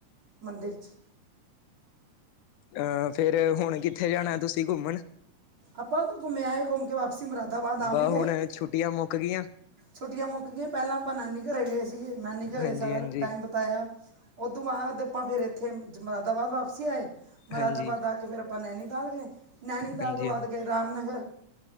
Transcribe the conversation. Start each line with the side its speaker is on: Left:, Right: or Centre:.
Right: ਮੰਦਿਰ 'ਚ।
Left: ਅਹ, ਫੇਰ ਹੁਣ ਕਿੱਥੇ ਜਾਣਾ ਤੁਸੀਂ ਘੁੰਮਣ?
Right: ਆਪਾਂ ਤਾਂ ਘੁੰਮ ਆਏ, ਘੁੰਮ ਕੇ ਵਾਪਸੀ ਮੁਰਾਦਾਬਾਦ ਆ
Left: ਬ
Right: ਵੀ ਗਏ।
Left: ਹੁਣ ਛੁੱਟੀਆਂ ਮੁੱਕ ਗਈਆਂ?
Right: ਛੁੱਟੀਆਂ ਮੁੱਕ ਗਈਆਂ, ਪਹਿਲਾਂ ਆਪਾਂ ਨਾਨੀ ਘਰੇ ਗਏ ਸੀਗੇ, ਨਾਨੀ ਘਰੇ
Left: ਹਾਂਜੀ
Right: ਸਾਰਾ
Left: ਹਾਂਜੀ
Right: ਟਾਈਮ ਬਿਤਾਇਆ। ਉਹ ਤੋਂ ਬਾਅਦ ਆਪਾਂ ਫਿਰ ਇੱਥੇ ਮੁਰਾਦਾਬਾਦ ਵਾਪਸੀ ਆਏ। ਮਰਾਦਾਬਾਦ
Left: ਹਾਂਜੀ
Right: ਆ ਕੇ ਫਿਰ ਆਪਾਂ ਨੈਨੀਤਾਲ ਗਏ, ਨੈਨੀਤਾਲ
Left: ਹਾਂਜੀ
Right: ਤੋਂ ਬਾਅਦ
Left: ਹਾਂਜੀ
Right: ਗਏ ਰਾਮਨਗਰ।